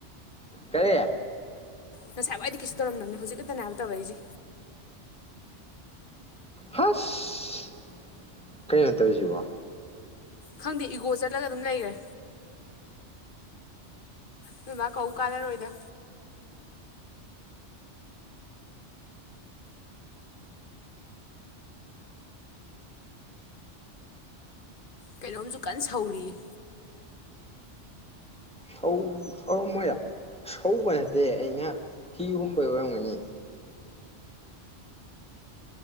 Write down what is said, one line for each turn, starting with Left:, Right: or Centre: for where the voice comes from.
Centre: ꯀꯔꯤ
Left: ꯉꯁꯥꯏ ꯋꯥꯏꯗꯤ ꯀꯩꯁꯨ ꯇꯧꯔꯝꯗꯕꯅꯦ ꯍꯧꯖꯤꯛ ꯈꯛꯇꯅꯦ ꯍꯥꯏꯕ ꯇꯧꯔꯛꯏꯖꯦ
Centre: ꯍꯥꯁ ꯀꯩꯅꯣ ꯇꯧꯏꯁꯤꯕꯣ
Left: ꯈꯪꯗꯦ ꯏꯒꯣ ꯆꯠꯂꯒ ꯑꯗꯨꯝ ꯂꯩꯒ꯭ꯔꯦ ꯅꯣꯢ ꯃꯥ ꯀꯧꯝ ꯀꯥꯟꯅꯔꯣꯏꯗ ꯀꯩꯅꯣꯝꯖꯨ ꯀꯟ ꯁꯧꯔꯤꯌꯦ
Centre: ꯁꯧ ꯁꯧꯔꯝꯃꯣꯏꯗ ꯁꯧꯕ ꯅꯠꯇꯦ ꯑꯩꯅ ꯐꯤ ꯍꯨꯝꯕꯩ ꯑꯣꯏꯔꯝꯒꯅꯤ